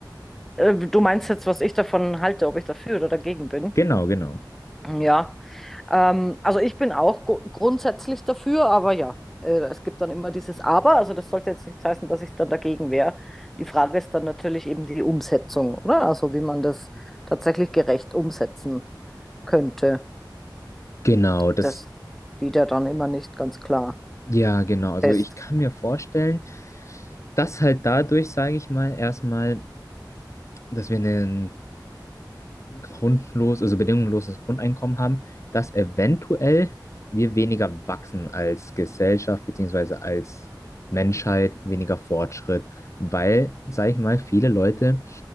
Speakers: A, in the centre; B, on the left.
A: Äh, du meinst jetzt, was ich davon halte, ob ich dafür oder dagegen bin?
B: Genau, genau.
A: Ja. Ähm, also ich bin auch gru- grundsätzlich dafür, aber ja, äh, es gibt dann immer dieses Aber. Also das sollte jetzt nicht heißen, dass ich dann dagegen wäre. Die Frage ist dann natürlich eben die Umsetzung, oder? Also wie man das tatsächlich gerecht umsetzen könnte.
B: Genau, das,
A: Das steht ja dann immer nicht ganz klar
B: ja, genau. Also
A: fest.
B: ich kann mir vorstellen, Das halt dadurch, sage ich mal, erstmal, dass wir ein grundlos, also bedingungsloses Grundeinkommen haben, dass eventuell wir weniger wachsen als Gesellschaft beziehungsweise als Menschheit, weniger Fortschritt, weil, sage ich mal, viele Leute,